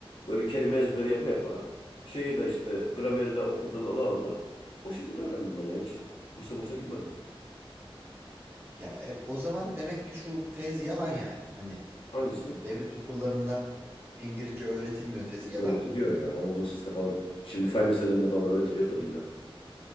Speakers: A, on the left; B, on the right.
A: Böyle kelime ezberi yapa yapa. Şeyi de işte grameri de okuldan ala ala. O şekilde öğrendim ben yani hiç kursa mursa gitmedim.
B: Ya e, o zaman demek ki şu tez yalan yani. Hani
A: Hangisi?
B: devlet okullarında İngilizce öğretilmiyor tezi yalan.
A: Öğretiliyor ya. Anadolu Lisesi'nde falan. Şimdi fen liselerinde falan öğretiliyordur illa.